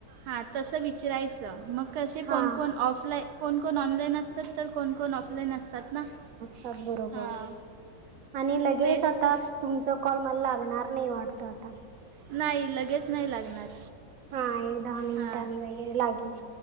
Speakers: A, on the right; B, on the right.
A: हा तसं विचरायचं मग कसे
B: हा
A: कोण कोण ऑफलाई कोणकोण ऑनलाईन असतात तर कोणकोण ऑफलाईन असतात ना <unintelligible>
B: त्याच बरोबर
A: हां
B: आणि लगेच
A: तेच
B: आता
A: तर
B: तुमचा कॉल मला लागणार नाही वाटत आता <unintelligible>
A: नाही लगेच नाही लागणार
B: हा एक दहा मिनिटांनी
A: हां
B: वगैरे लागेल